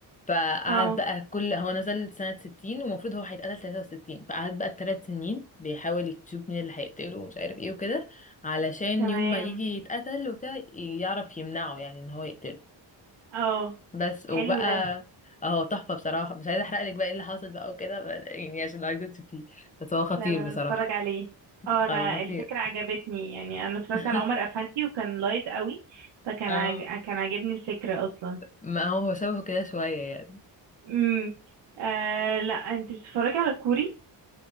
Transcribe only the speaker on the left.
فقعد
بقى كل هو نزل سنة 60 ومفروض هو هيتقتل 63 فقعد بقى الثلاث سنين بيحاول يشوف مين اللي هيقتله ومش عارف ايه وكده علشان
يوم ما يجي يتقتل وبتاع يعرف يمنعه يعني ان هو يقتله
بس وبقى
اهو تحفة بصراحة مش عايزة احرق لك بقى ايه اللي حصل بقى وكده ب- يعني عشان عايزة تشوفيه بس هو خطير
بصراحة
هو خطير
<laughs>
اه
ما هو هو شبهه كده شوية